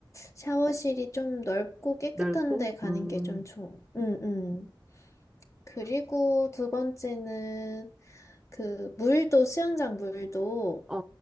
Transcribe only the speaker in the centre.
넓고?
음,
어,